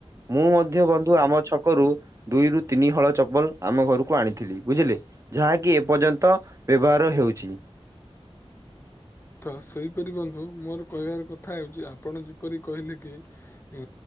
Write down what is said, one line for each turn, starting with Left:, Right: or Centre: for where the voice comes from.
Right: ମୁଁ ମଧ୍ୟ ବନ୍ଧୁ ଆମ ଛକରୁ ଦୁଇରୁୁ ତିନି ହଳ ଚପଲ ଆମ ଘରକୁ ଆଣିଥିଲି ବୁଝିଲେ। ଯାହାକି ଏ ପର୍ଯ୍ୟନ୍ତ ବ୍ୟବହାର ହେଉଛି।
Left: ତ ସେହିପରି ବନ୍ଧୁ ମୋର କହିବାର କଥା ହେଉଛି ଆପଣ ଯେପରି କହିଲେ କି? ଏ